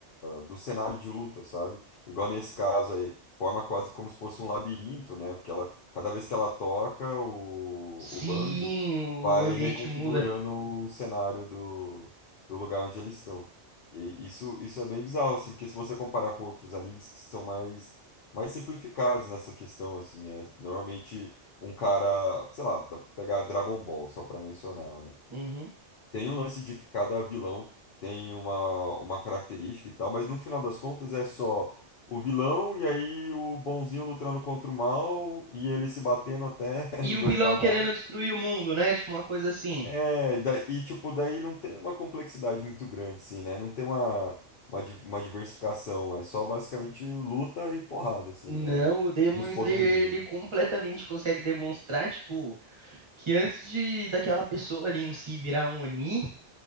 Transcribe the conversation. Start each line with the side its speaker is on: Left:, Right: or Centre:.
Left: do cenário de luta, sabe? Igual nesse caso aí, forma quase como se fosse um labirinto, né? Porque ela, cada vez que ela toca o,
Right: Sim,
Left: o banjo,
Right: o
Left: vai
Right: ambiente
Left: reconfigurando
Right: muda.
Left: o cenário do, do lugar onde eles estão. E isso, isso é bem bizarro, assim, porque se você comparar com outros animes que são mais, mais simplificados nessa questão, assim, é normalmente um cara, sei lá, dá pra pegar Dragon Ball, só pra mencionar, né?
Right: Uhum.
Left: Tem o lance de que cada vilão tem uma, uma característica e tal, mas no final das contas é só o vilão e aí o bonzinho lutando contra o mal e ele se batendo até
Right: E
Left: <laughs> não
Right: o
Left: aguentar
Right: vilão
Left: mais.
Right: querendo destruir o mundo, né? Tipo, uma coisa assim.
Left: É, e da- e, tipo, daí não tem uma complexidade muito grande, assim, né? Não tem uma, uma, di- uma diversificação, é só basicamente luta e porrada, assim,
Right: Não,
Left: é
Right: o Demon
Left: e os
Right: Slayer,
Left: poderzinhos.
Right: ele completamente consegue demonstrar, tipo, que antes de daquela pessoa ali em si virar um Oni,